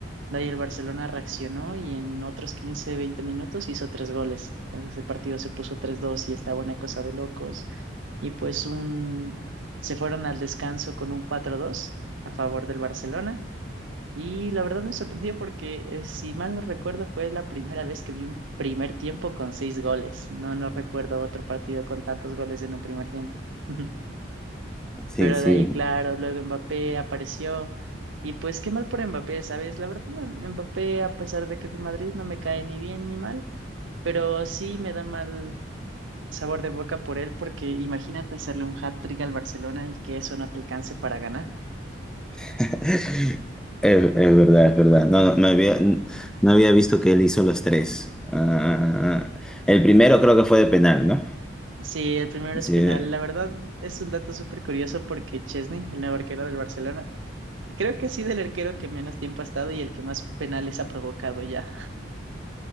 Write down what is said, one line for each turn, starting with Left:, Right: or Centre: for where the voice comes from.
Right: De ahí el Barcelona reaccionó y en otros 15 20 minutos hizo tres goles. Entonces el partido se puso tres dos y estaba una cosa de locos. Y pues un... se fueron al descanso con un cuatro dos a favor del Barcelona. Y la verdad me sorprendió porque, eh, si mal no recuerdo, fue la primera vez que vi un primer tiempo con seis goles. No, no recuerdo otro partido con tantos goles en un primer tiempo. <laughs>
Centre: sí,
Right: Pero
Centre: sí.
Right: de ahí, claro, luego Mbappé apareció. Y pues qué mal por Mbappé, ¿sabes? La verdad, M- Mbappé, a pesar de que es de Madrid, no me cae ni bien ni mal. Pero sí me da un mal sabor de boca por él, porque imagínate hacerle un hat-trick al Barcelona y que eso no te alcance para ganar.
Centre: <laughs> Es, es verdad, es verdad. No, no, no había, no había visto que él hizo los tres. Ah, el primero creo que fue de penal, ¿no?
Right: Sí, el primero es
Centre: Sí.
Right: penal. La verdad es un dato súper curioso porque Chesney, el nuevo arquero del Barcelona, creo que ha sido el arquero que menos tiempo ha estado y el que más penales ha provocado ya.